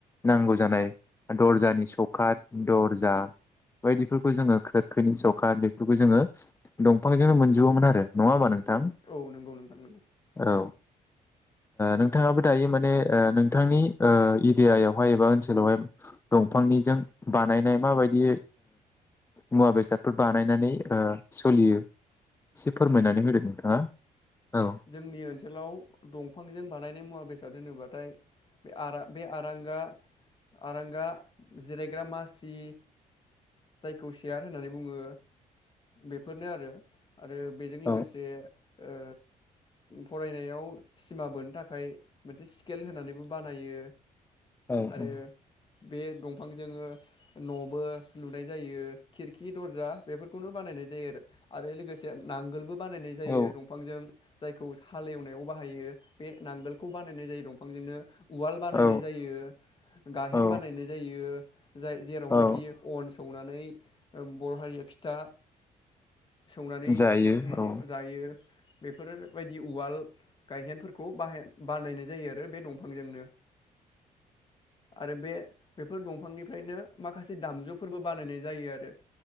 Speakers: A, on the left (about 15°); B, on the left (about 30°).
A: नांगौ जानाय दर्जानि सौख दर्जा बायदिफोरखौ जोङो खोरखोनि सौखाद बेफोरखौ जोङो दंफांजोंनो मोनजोबोमोन आरो। नङा होमबा नोंथां?
B: औ नंगौ नोंथां नंगौ
A: औ नोंथाङाबो दायो माने नोंथांनि ओ एरियायावहाय एबा ओनसोलावहाय। दंफांनिजों बानायनाय माबायदि मुवा बेसादफोर बानायनानै ओ सोलियो एसे फोरमायनानै
B: औ
A: होदों नोंथाङा। औ
B: जोंनि ओनसोलाव दंफांजों बानायनाय मुवा बेसाद होनोब्लाथाय। <unintelligible> बे आरांगा आरांगा जिरायग्रा मासि जायखौ सेयार होननानै बुङो बेफोरनो आरो। आरो बेजों लोगोसे
A: औ
B: ओ फरायनायाव सिमा बोनो थाखाय मोनसे स्केल होनानैबो बानायो।
A: औ
B: आरो
A: औ
B: बे <unintelligible> बिफां जोङो न'बो लुनाय जायो। खिरखि दर्जा बेफोरखौनो बानायनाय जायो आरो। आरो <unintelligible> <unintelligible> नांगोलबो बानायनाय जायो
A: औ
B: दंफांजों जाय। खौ सालेवनायाव <unintelligible> बे नांगोलखौ बानायनाय जायो दांजोंनो उवाल बानायनाय
A: औ
B: जायो गाहेन
A: औ
B: बानायनाय जायो। <unintelligible> जेरावनाखि
A: औ
B: अन सौनानै <unintelligible> बर' हारिया फिथा सौनानै
A: जायो
B: <unintelligible>
A: औ
B: जायो। बेफोरबायदि उवाल गायहेनफोरखौ बाहाय। बानायनाय जायो आरो बे दंफांजोंनो आरो बे बेफोर दंफांनिफ्रायनो माखासे दामजुफोरबो बानायनाय जायो आरो। <unintelligible>